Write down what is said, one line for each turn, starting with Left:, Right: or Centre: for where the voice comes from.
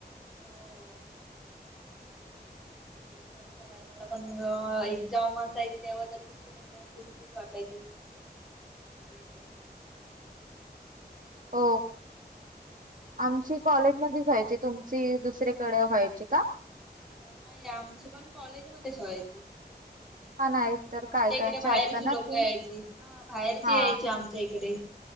Centre: हो. <inaudible> ह एक्झामचा टायमाला पण मग एक्झाम असायची तेव्हा तर किती म्हणजे अशी भितीच वाटायची, <unintelligible> <inaudible>
Right: हो <inaudible> आमची कॉलेज मध्ये होयची. तुमची दुसरेकडे व्हायची का, <inaudible>
Centre: <inaudible> नाही आमची पण कॉलेज मध्येच व्हायची, <inaudible>
Right: हा नाही
Centre: <inaudible>
Right: तर
Centre: आमच्या
Right: काय
Centre: इकडे
Right: कायचे
Centre: बाहेरची
Right: असत ना
Centre: लोक
Right: की
Centre: यायची हा बाहेरची
Right: हा
Centre: यायची आमच्या इकडे